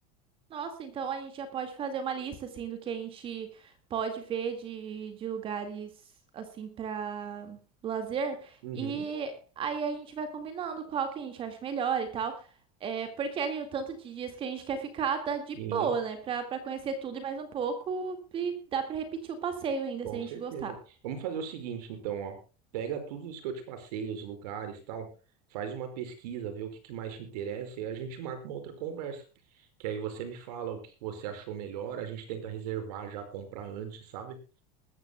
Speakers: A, on the right; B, on the right.
A: Nossa, então a gente já pode fazer uma lista assim do que a gente pode ver de, de lugares assim para lazer
B: Uhum,
A: e aí a gente vai combinando qual que a gente acha melhor e tal. É, porque ali o tanto de dias que a gente quer ficar dá de
B: sim,
A: boa, né? Pra, pra conhecer tudo e mais um pouco e dá pra repetir o passeio ainda
B: com
A: se a
B: certeza.
A: gente gostar.
B: Vamos fazer o seguinte, então, ó. Pega tudo isso que eu te passei, os lugares, tal. Faz uma pesquisa, vê o que que mais te interessa e a gente marca uma outra conversa. Que aí você me fala o que você achou melhor, a gente tenta reservar já, comprar antes, sabe?